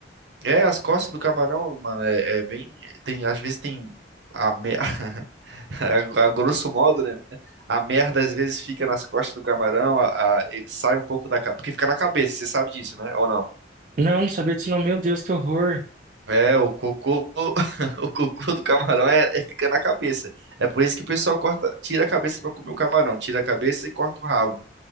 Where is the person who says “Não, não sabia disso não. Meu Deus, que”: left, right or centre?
Right